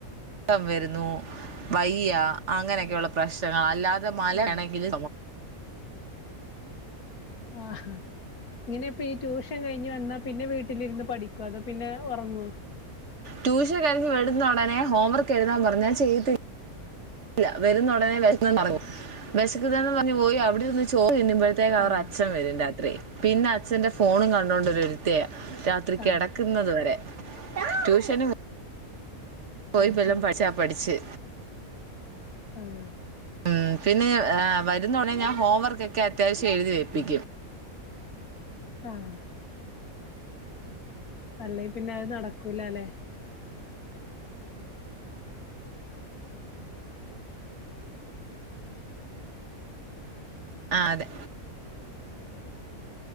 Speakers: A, on the right; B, on the left.
A: ക്കം വരുന്നു വയ്യ അങ്ങനെ ഒക്കെ ഉള്ള പ്രശ്നങ്ങളാ അല്ലാതെ മലണെങ്കില്
B: ആഹ് ആഹ് ആ ഇങ്ങനെ ഇപ്പ റ്റുഷൻ കഴി ഞ് വന്നാ പിന്നെ വീട്ടിലിരുന്ന് പഠി ക്കാതെ പിന്നെ ഒറങ്ങും
A: റ്റുഷൻ കഴിഞ്ഞ് വരുന്ന ഒടനെ ഹോം വർക്ക്‌ എഴുതാൻ പറഞ്ഞാ ചെയ്യത്തി ല്ല വരുന്ന ഒടനെ വേശന്നും തൊടങ്ങും വേശക്കുന്നെന്ന് പറഞ്ഞ് പോയി അവിടെ ചോറ് തിന്നു മ്പഴത്തെന് അവടെ
B: ആഹ്
A: അച്ഛൻ വരും രാ ത്രി പിന്നെ അച്ഛന്റെ ഫോണും കണ്ടോണ്ട് ഒര് ഇരിത്തയാ രാത്രി കെടക്കുന്നത്
B: ആഹ്
A: വരെ ട്യൂഷന് പോയി
B: അത്
A: വല്ലോം
B: ശരി
A: പഠിച്ച പഠിച്ച്
B: ആഹ്
A: ഉം പിന്നെ ഞാൻ ആ വരുന്ന ഉടനെ ഞാൻ ഹോം വർക്കൊക്കെ അത്യാവശ്യം എഴുതി വെപ്പിക്കും
B: ആഹ് അല്ലെ പിന്നെ അത് നടക്കൂലാലെ
A: ആഹ് അതെ